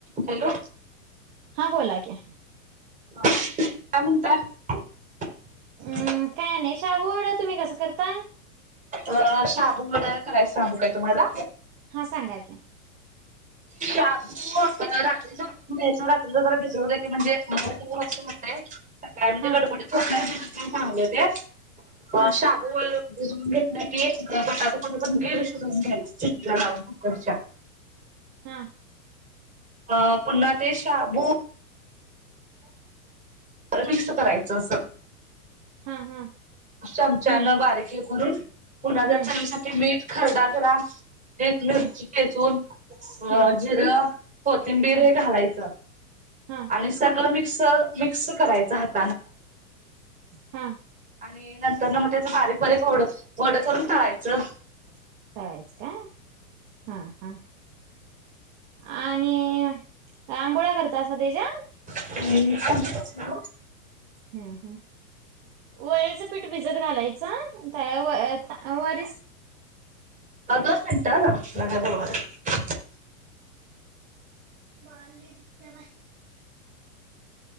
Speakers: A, on the right; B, on the right.
A: Hello
B: हा बोला की.
A: हां काय म्हणताय?
B: हम काय नाही. शाबूवड तुम्ही कसं करताय?
A: अ शाबू वड करायच सांगू काय तुम्हाला?
B: हां सांगा की.
A: शाबु रात्रीच भिजवून घ्यायचं रात्रीच जरा भिजवलं की म्हणजे मऊ असं होतय सकाळी म्हणजे
B: हा
A: गडबडीत होत नाही भिजवल की चांगल होत्यात. हां
B: हा
A: शाबू वड भिजवून घेतलं की एक बटाटू पण गीर शिजवून घ्यायच तीन शिट्ट्या लावून कुकरच्या. <inaudible>
B: हा.
A: अ पुन्हा ते शाबू मिक्स करायचं अस,
B: हा हा
A: चमच्यान
B: हम्म
A: बारीक करून पुन्हा त्या
B: हम्म
A: चवीसाठी मीठ खरडा जरा एक मिरची
B: हम्म
A: ठेचून
B: हम्म
A: अ जिरं कोथिंबीर
B: हम्म
A: हे घालायचं.
B: हा
A: आणि सगळं मी क्स मिक्स करायच हातान
B: हां.
A: आणि नंतर न म तेच बारीक- बारीक वड -वड करून तळायचं.
B: तळायचं काय? हा हा. आणि आंबोळ्या करतासा तेच्या?
A: आंबोळ्या नाही ओ
B: हा हा वरीचं पीठ भिजत घालायचं, तव्या वर वरीच
A: दोन मिनिट हा जरा मला काय बोलवाल्यात.
B: <inaudible>